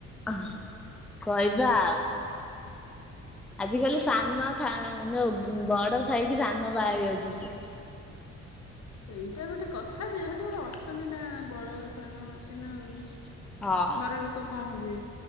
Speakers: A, in the centre; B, on the left.
A: ଅଁ କହିବା ଆଉ। ଆଜି କାଲି ସାନ ଥାଇ ଯଉ ବଡ ଥାଇକି ସାନ ବାହାହେଇ ଯାଉଛନ୍ତି।
B: ଏଇଟା ଗୋଟେ କଥା ଯେ ହେଲେ ଅଟ ଅଛନ୍ତି ନା ବଡ ସାନ ଅଛି ନା ଆଉ
A: ହଁ
B: ଘର ଲୋକ କଣ ହେବେ?